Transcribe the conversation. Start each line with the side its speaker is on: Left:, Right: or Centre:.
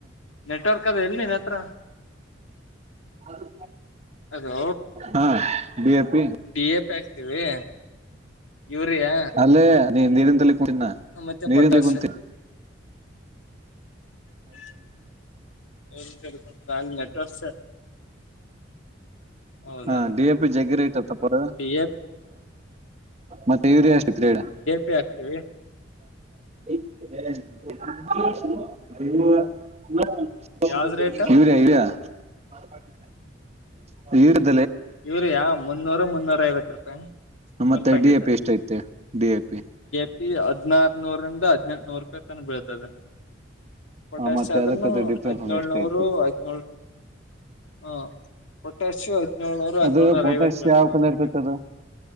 Left: ನೆಟ್ವರ್ಕ್ ಅದ ಎಲ್ಲಿ ನೀನ್ ಹತ್ರ
Right: ಅದು
Left: ಅದು
Right: ಹಾ ಬಿಎಪಿ
Left: ಡಿ ಎ ಪಿ ಹಾಕ್ತಿವಿ ಯೂರಿಯಾ
Right: ಅಲ್ಲೇ ನೀ ನೀರಿಿಂದಲ್ಲಿ ಕುಂತೀ
Left: ಮತ್ತೆ
Right: ನೀರಿಿಂದಲ್ಲಿ
Left: ಪೊಟ್ಯಾಷ್
Right: ಕುಂತೀಿ
Left: <unintelligible> ಹೌದೇನು
Right: ಹಾ ಡಿ ಎ ಪಿ ಜಗ್ಗಿರಿ ಐತತ್ತಪ್ಪರ
Left: ಡಿ ಎ
Right: ಮತ್ತೆ ಇವರಿ ಎಷ್ಟು ಗ್ರೇಟ್
Left: ಆಗ್ತೇವಿ
Right: <unintelligible>
Left: ಯಾವ್ದ್ ರೇಟ್
Right: ಇವಾರಿಯ
Left: ಇವರಿಯಾ ಮುನ್ನೂರು ಮುನ್ನೂರ ಐವತ್ ರೂಪಾಯಿ
Right: ಮತ್ತೆ
Left: ಒಂದ್ ಪ್ಯಾಕೆಟ್
Right: ಡಿ ಎ ಪಿ ಎಷ್ಟ ಐತೆ ಡಿ ಎ ಪಿ
Left: ಈ ಹದ್ಾರನೂರಂದ ಹದ್ಿನಂನೂರು ರೂಪಾಯಿ ತನ ಬೀಳ್ತದೆ ಪೊಟ್ಯಾಶ
Right: ಮತ್ತೆ
Left: ಆದದ್ರನು
Right: ಅದಕ್ಕದು ಡಿಫ್ರೆನ್ಸ್
Left: ಹದ್ನಳ್ನೂರು
Right: ಎಷ್ಟ ಐತಿ
Left: ಹದಿನಳ್ ಹಾ ಪೊಟ್ಯಾಾಸು ಹದಿನೇಳಳ್ನೂರು ಹದ್ನೇಳಳ್ನೂರ
Right: ಅದು ಪೊಟ್ಯಾಶ್
Left: ಐವತ್ತು ಬರ್ತದ
Right: ಯಾವ
Left: ಒಂದ್
Right: ಕಲರ್
Left: ಪ್ಯಾಕೆಟ್
Right: ಇರ್ತೈತಿ ಅದು